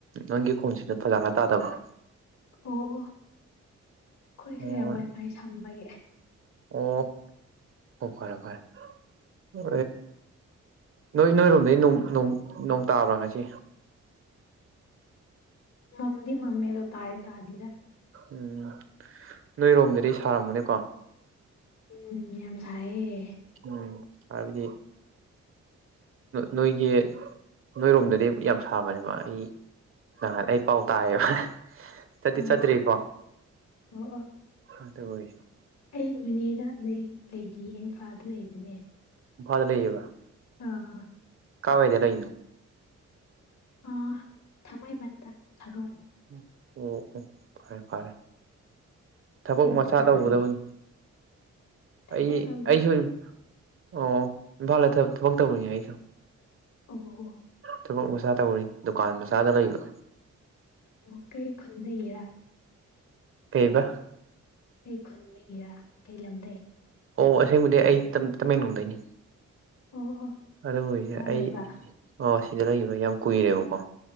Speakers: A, on the right (about 50°); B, on the left (about 70°).
A: ꯅꯪꯒꯤ ꯈꯣꯟꯁꯤꯗ ꯐꯖꯥꯅ ꯇꯥꯗꯕ <unintelligible>
B: ꯑꯣ ꯑꯩꯈꯣꯏꯁꯦ
A: ꯑꯣ
B: ꯋꯥꯏꯐꯥꯏ ꯁꯝꯕꯒꯤ
A: ꯑꯣ ꯑꯣ ꯐꯔꯦ ꯐꯔꯦ ꯍ ꯅꯣꯏ ꯅꯣꯏꯔꯣꯝꯗꯒꯤꯩ ꯅꯣꯡ ꯇꯥꯕ꯭ꯔꯥ ꯉꯁꯤ <unintelligible>
B: ꯃꯝ ꯃꯃꯤꯗ ꯇꯥꯌꯦ ꯇꯥꯗꯤꯗ
A: ꯎꯝ ꯅꯣꯏꯔꯣꯝꯗꯗꯤ ꯁꯥꯔꯝꯃꯅꯦꯀꯣ
B: ꯎꯝ ꯌꯥꯝ ꯁꯥꯏꯌꯦ
A: ꯎꯝ ꯍꯥꯏꯗꯤ ꯅꯣꯏꯒꯤ ꯅꯣꯏꯔꯣꯝꯗꯗꯤ ꯌꯥꯝ ꯁꯥꯕꯅꯦꯕ ꯑꯩ ꯅ ꯑꯩ ꯄꯥꯎ ꯇꯥꯌꯦꯕ ꯆꯗꯤ
B: ꯑꯣ
A: ꯆꯠꯇ꯭ꯔꯤꯀꯣ
B: ꯑꯣ ꯑꯣ
A: ꯑꯗꯨ ꯑꯣꯏꯁꯨ
B: ꯑꯩ ꯅꯣꯅꯦꯗ ꯂꯩꯔꯤꯌꯦ ꯏꯝꯐꯥꯜꯗ ꯂꯩꯕꯅꯦ
A: ꯐꯗ ꯂꯩꯕ
B: ꯑ ꯍ
A: ꯀꯥꯎꯋ ꯑꯣꯏꯗꯦꯔꯔꯤꯅꯣ
B: ꯑ ꯊꯥꯡꯃꯩꯕꯟꯗ ꯊꯔꯣ
A: ꯎ ꯎꯝ ꯎꯝ ꯐꯔꯦ ꯐꯔꯦ ꯊꯕꯛ
B: ꯑꯩꯈꯣꯏ
A: ꯃꯆꯥꯥ
B: ꯗꯗꯥꯗꯤ
A: ꯇꯧꯒꯗꯕꯅꯤ
B: ꯊꯕꯛ
A: ꯑꯩ
B: ꯇꯧꯗꯦꯗ
A: ꯑꯩꯁꯨ ꯑꯣ ꯏꯝꯐꯥꯜ ꯊꯕꯛ ꯇꯧꯕꯅꯤ ꯑꯩꯁꯨ
B: ꯑꯣ
A: ꯊꯕꯛ ꯃꯆꯥꯥ ꯇꯧꯔꯤ ꯗꯨꯀꯥꯟ ꯃꯁꯥꯗ ꯂꯩꯕ
B: ꯑꯣ ꯀꯩ ꯈꯨꯟꯗ ꯌꯦꯔꯥ
A: ꯀꯩꯕ
B: ꯀꯩ ꯈꯨꯟ ꯂꯩꯗꯒꯤꯦꯔꯥ ꯀꯩ ꯂꯝꯗꯩ
A: ꯑꯣ ꯑꯁꯦꯡꯕꯗꯤ ꯑꯩ ꯇꯃꯦꯡꯂꯣꯡꯗꯩꯅꯤ
B: ꯑꯣ ꯑꯣ
A: ꯑꯗꯨ ꯑꯣꯏꯁꯦ
B: ꯏꯝꯐꯥꯜ
A: ꯑꯩ
B: ꯂꯩꯕ
A: ꯁꯤꯗ ꯂꯩꯕ ꯌꯥꯝ ꯀꯨꯏꯔꯦꯕꯀꯣ